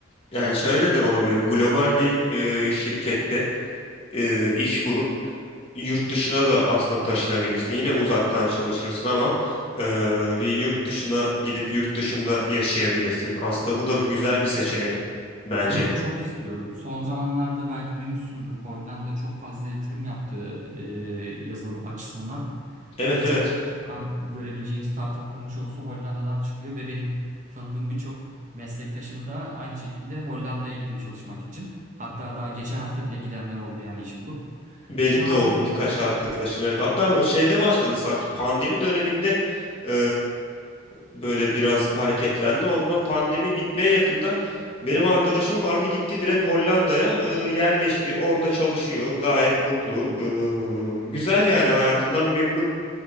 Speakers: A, on the left; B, on the right.
A: Yani şöyle de olabilir. Global bir e, şirkette e, iş bulup yurt dışına da aslında taşınabilirsin. Yine uzaktan çalışırsın ama e, bir yurt dışına gidip yurt dışında yaşayabilirsin. Aslında bu da bir güzel bir seçenek bence.
B: Onu çok istiyorum. Son zamanlarda belki duymuşsundur Hollanda çok fazla yatırım yaptı e, yazılım açısından.
A: Evet
B: Birçok
A: evet.
B: şu an görebileceğiniz startupların çoğusu Hollanda'dan çıkıyor ve benim tanıdığım birçok meslektaşım da aynı şekilde Hollanda'ya gidiyor çalışmak için. Hatta daha geçen hafta bile gidenler oldu yani iş bulup.
A: Benim
B: Şu anlık
A: de oldu birkaç arkadaşım evet. Hatta şeyde başladı sanki pandemi döneminde eee, böyle biraz hareketlendi. Ondan pandemi bitmeye yakında benim arkadaşım vardı gitti direkt Hollanda'ya eee, yerleşti. Orada çalışıyor gayet mutlu. Eee, güzel yani hayatından memnun.